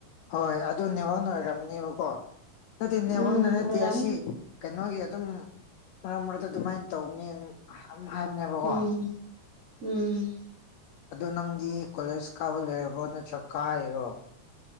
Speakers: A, on the left; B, on the right.
A: ꯍꯣꯏꯣꯏ ꯑꯗꯨ ꯅꯦꯋꯥꯛꯅ ꯑꯣꯏꯔꯝꯅꯦꯕꯀꯣ ꯅꯠꯇꯦ ꯅꯦꯋꯥꯛꯅ
B: ꯎꯝ
A: ꯅꯠꯇꯦ
B: ꯑꯣꯏꯔꯝꯅꯤ
A: ꯑꯁꯤ ꯀꯩꯅꯣꯒꯤ ꯑꯗꯨꯝ ꯃꯔꯛ ꯃꯔꯛꯇ ꯑꯗꯨꯃꯥꯏꯅ ꯇꯧꯕꯅꯤ ꯍꯥꯏꯕꯅꯦꯕꯀꯣ
B: ꯎꯝ ꯎꯝ
A: ꯑꯗ ꯅꯪꯗꯤ ꯀꯣꯂꯦꯖ ꯀꯥꯕ ꯂꯣꯏꯔꯕꯣ ꯅꯠꯇ꯭ꯔ ꯀꯥꯔꯤꯔꯣ